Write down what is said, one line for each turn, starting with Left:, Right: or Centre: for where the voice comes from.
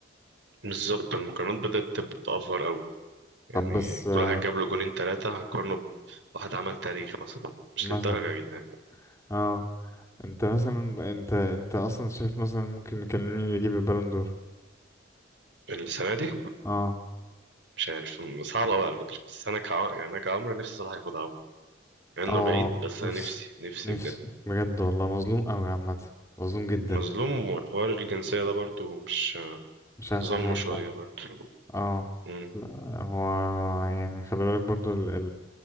Right: بالظبط المقارنات بدأت تب- تأفور قوي يعني
Left: طب بس
Right: كل
Left: آه،
Right: واحد جاب له جونين ثلاثة هقارنه بواحد عمل تاريخ مثلا مش
Left: مثلا
Right: للدرجة يا جدعان
Left: اه انت مثلا انت انت اصلا شايف مثلا ممكن كان مين اللي يجيب البالون دور
Right: السنة دي
Left: اه
Right: مش عارف م- صعبة بقى على فكرة بس أنا كع... يعني أنا كعمر نفسي صلاح ياخدها عموما مع إنه
Left: اه
Right: بعيد بس
Left: نفسي
Right: أنا نفسي نفسي
Left: نفسي
Right: بجد
Left: بجد والله مظلوم قوي عامة مظلوم جدا
Right: مظلوم وحوار الجنسية ده برضو مش
Left: مش احسن
Right: ظلمه
Left: حاجة
Right: شوية
Left: فعلا
Right: برضو
Left: اه
Right: مم.
Left: لا هو يعني خلي بالك برضو ال